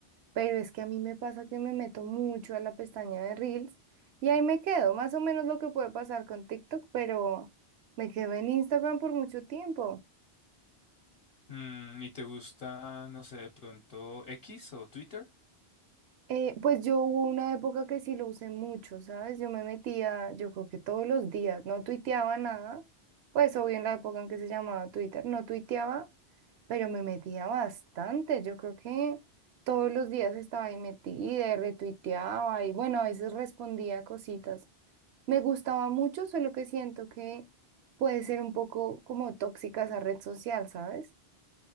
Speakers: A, on the right; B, on the left.
A: Pero es que a mí me pasa que me meto mucho a la pestaña de Reels y ahí me quedo, más o menos lo que puede pasar con TikTok, pero me quedo en Instagram por mucho tiempo.
B: Mm, ¿y te gusta, no sé, de pronto X o Twitter?
A: Eh, pues yo hubo una época que sí lo usé mucho, ¿sabes? Yo me metía, yo creo que todos los días, no tuiteaba nada, pues obvio en la época en que se llamaba Twitter, no tuiteaba, pero me metía bastante, yo creo que todos los días estaba ahí metida y retuiteaba y bueno, a veces respondía cositas. Me gustaba mucho, solo que siento que puede ser un poco como tóxica esa red social, ¿sabes?